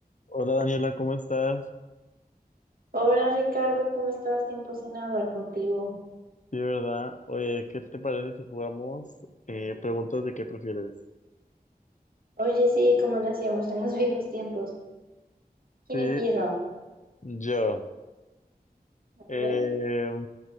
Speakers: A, on the left (about 50°); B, on the right (about 65°).
A: Hola Daniela, ¿cómo estás?
B: Hola Ricardo, ¿cómo estás? Tiempo sin hablar contigo.
A: Sí, ¿verdad? Oye, ¿qué te parece si jugamos eh, preguntas de qué prefieres?
B: Oye, sí, como lo hacíamos en los <laughs> viejos tiempos. ¿Quién
A: Sí,
B: empieza?
A: yo. Eh,
B: A ver.